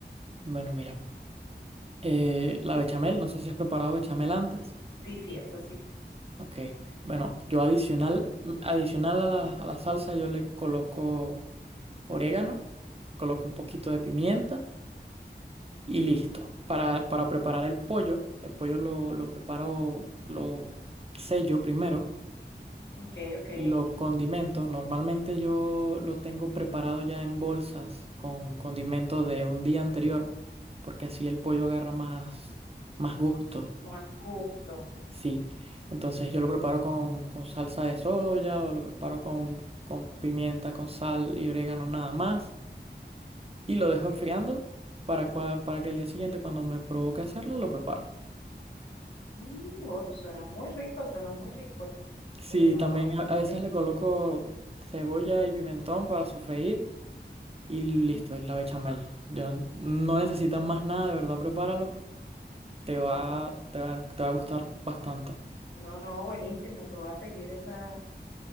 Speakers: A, on the right; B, on the left.
A: Bueno, mira, eh, la bechamel, no sé si has preparado bechamel antes.
B: Sí, sí, eso sí.
A: Ok, bueno, yo adicional, adicional a la, a la salsa yo le coloco orégano, coloco un poquito de pimienta y listo. Para, para preparar el pollo, el pollo lo, lo preparo, lo sello primero,
B: Ok, ok.
A: lo condimento. Normalmente yo lo tengo preparado ya en bolsas con condimentos de un día anterior, porque así el pollo agarra más, más gusto.
B: Más gusto.
A: Sí, entonces yo lo preparo con, con salsa de soya o lo preparo con, con pimienta, con sal y orégano nada más y lo dejo enfriando
B: Eh,
A: para, cua- para que el día siguiente cuando me provoque hacerlo lo preparo.
B: Uh, oh, suena muy rico, suena muy rico.
A: Sí,
B: Pero no,
A: también a, a veces
B: ya-
A: le coloco cebolla y pimentón para sofreír y listo,
B: uh,
A: y la bechamel. Yo, no necesitas más nada, de verdad, prepáralo, te va,
B: no,
A: te va, te va a gustar bastante.
B: no, no, buenísimo. Tú vas a seguir esa,